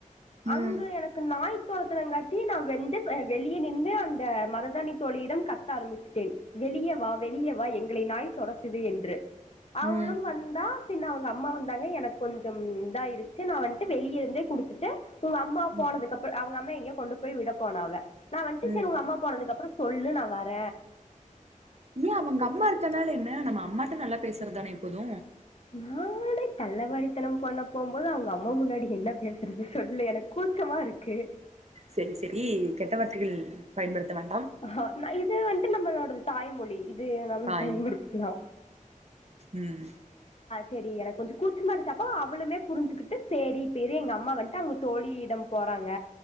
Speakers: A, on the right (about 50°); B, on the left (about 50°).
A: ம்
B: அங்க எனக்கு நாய் தொரத்தினங்காட்டி நா வந்து வெளிய நின்னு அந் த மருதாணி தோழியிடம் கத்த ஆரம்பிச்சுட்டேன் வெளியவா வெளியவா எங்களை நாய் தொரத்துது என்று அவளும்
A: ம்
B: வந்தா பின்ன அவங்க அம்மா வந்தாங்க எனக்கு கொஞ்சம் இதாயிருச்சு நா வந்ட்டு வெளிய இருந்தே குடுத்துட்டு உங்க அம்மா
A: ம்
B: போனதுக்குப்புறோ அவங்க அம் மாவ எங்கயோ கொண்டு போய் விட போனா அவ
A: ம்
B: செரி உங்க அம்மா போனதுக்கப்புறோ சொல்லு நா வர
A: ஏ அவங்க அம்மா இருக்கனால என்ன நம்ம அம்மாட்ட நல்லா பேசறதுதானே எப்போது
B: நானே தள்ளவாரித்தனம் பண்ண போம்போது அவங்க அம்மா முன்னாடி என்ன பேசுறது சொல்லு எனக்கு கூச்சமா இருக்கு
A: செரி செரி கெட்ட வார்த்தைகள் பயன்படுத்த வேண்
B: ஆஹ் நா இது வந்ட்டு நம்மளோடது தாய்மொழி இத் இதைய நாம
A: தாய்
B: பயன்படுத்திக்கலா
A: ம்
B: சேரி எனக்கு கொஞ்சோ கூச்சமாரின்ச்சாப்போ அவளுமே புரிஞ்சுகிட்டு செரி இப்ப இரு எங்க அம்மா வந்ட்டு அங்க தோழிய இடம் போறாங்க